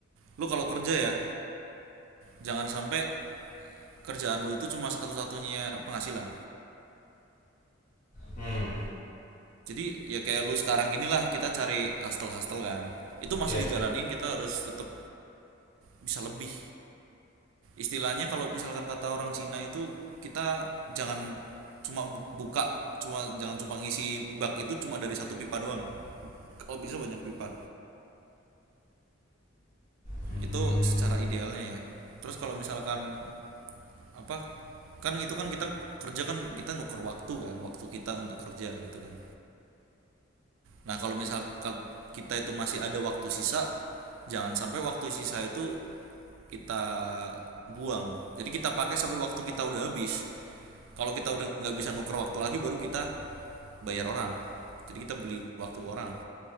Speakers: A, on the right (about 80°); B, on the left (about 40°).
A: lu kalau kerja ya, jangan sampai kerjaan lu itu cuma satu-satunya penghasilan.
B: Hmm,
A: Jadi ya kayak lu sekarang gini lah, kita cari hustle-hustle kan. Itu masih
B: ya,
A: dijalanin, kita harus tetap bisa lebih istilahnya kalau misalkan kata orang Cina itu kita jangan cuma buka cuma jangan cuma ngisi bak itu cuma dari satu pipa doang oh bisa banyak pipa
B: Hmm.
A: itu secara idealnya ya terus kalau misalkan apa kan itu kan kita kerja kan kita nuker waktu kan waktu kita untuk kerja gitu kan nah kalau misalkan kita itu masih ada waktu sisa jangan sampai waktu sisa itu kita buang jadi kita pakai sampai waktu kita udah habis kalau kita udah nggak bisa nuker waktu lagi baru kita bayar orang jadi kita beli waktu orang